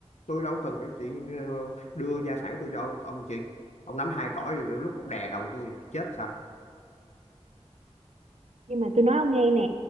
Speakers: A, on the left; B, on the right.
A: tôi đâu cần phải chỉ ờ, đưa gia sản tôi cho ông, ông chị ông nắm hai cõi thì lúc ông đè đầu tôi chết sao
B: nhưng mà tôi nói ông nghe nè